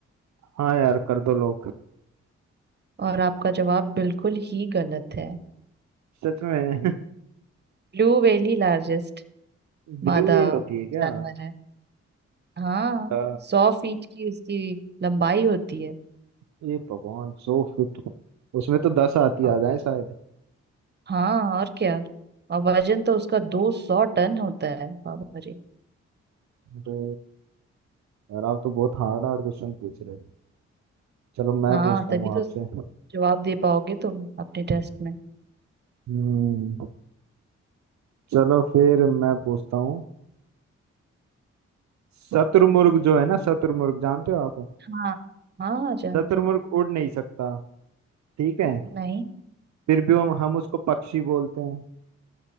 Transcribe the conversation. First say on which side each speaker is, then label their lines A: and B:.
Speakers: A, on the right (about 70°); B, on the right (about 35°).
A: हाँ यार कर दो लोग
B: और आपका जवाब बिल्कुल ही गलत है
A: सच में
B: ब्लू व्हेल ही लार्जेस्ट
A: <laughs>
B: मादा
A: ब्लू वेल होती है क्या
B: जानवर है हाँ
A: आ,
B: सौ फीट की उसकी लंबाई होती है
A: ये भगवान सो फिट उसमें तो दस आती
B: और-
A: आ जाए शायद
B: हाँ और क्या और वजन तो उसका दो सौ टन होता है बाबा रे
A: अरे यार आप तो बहुत हार्ड हार्ड क्वेश्चन पूछ रहे हो चलो मैं
B: हाँ
A: पूछता
B: तभी
A: हूँ आपसे
B: तो जवाब दे पाओगे तुम अपने टेस्ट में
A: हम्म चलो फिर मैं पूछता हूँ शत्रुमुर्ग जो है ना शत्रुमुर्ग जानते हो आप
B: हाँ हाँ जानते
A: शत्रुमुर्ग
B: हैं
A: उड़ नहीं सकता ठीक है
B: नहीं
A: फिर भी हम हम उसको पक्षी बोलते हैं